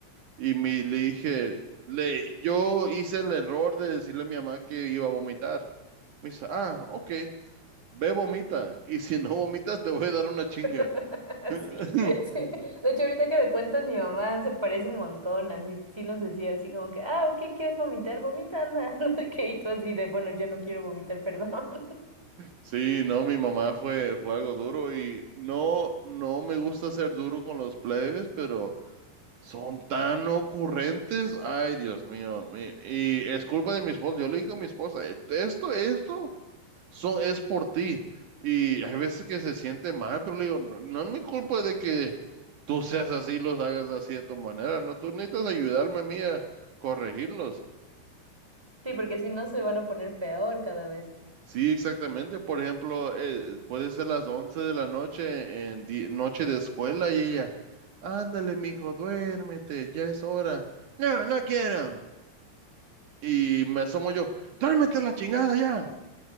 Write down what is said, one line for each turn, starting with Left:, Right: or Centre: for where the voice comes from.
Right: y me, le dije, le, yo hice el error de decirle a mi mamá que iba a vomitar. Me dice, ah, ok, ve, vomita. Y si no vomitas, te voy a dar una chinga.
Centre: <laughs>
Right: <laughs>
Centre: Sí, sí. De hecho, ahorita que me cuentas, mi mamá se parece un montón, así, sí nos decía así como que, ah, ok, ¿quieres vomitar? Vomita, anda, <laughs> no sé qué, y tú así de, bueno, ya no quiero vomitar, perdón. <laughs>
Right: Sí, no, mi mamá fue, fue algo duro y no, no me gusta ser duro con los plebes, pero son tan ocurrentes. Ay, Dios mío. mi- y es culpa de mi esposa. Yo le digo a mi esposa, "E- esto, esto so- es por ti. Y hay veces que se siente mal, pero le digo, no, no es mi culpa de que tú seas así, los hagas así de tu manera. No, tú necesitas ayudarme a mí a corregirlos.
Centre: Sí, porque si no se van a poner peor cada vez.
Right: Sí, exactamente. Por ejemplo, eh, puede ser las 11 de la noche en di- noche de escuela y ella, ándale, mijo, duérmete, ya es hora. No, no quiero. Y, y me asomo yo, duérmete la chingada ya.